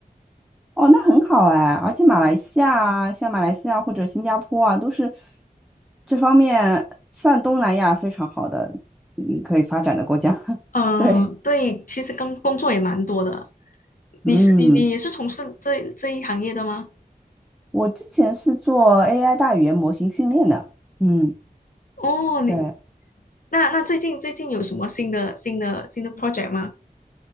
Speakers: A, in the centre; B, on the left.
A: 哦，那很好哎，而且马来西亚啊，像马来西亚或者新加坡啊，都是这方面算东南亚非常好的，嗯，可以发展的国家。<laughs>
B: 嗯、
A: 对，
B: 呃对，其实跟工作也蛮多的。
A: 嗯，
B: 你是你你也是从事这这一行业的吗？
A: 我之前是做 AI 大语言模型训练的，嗯，
B: 哦，你
A: 对
B: 那那最近最近有什么新的新的新的 project 吗？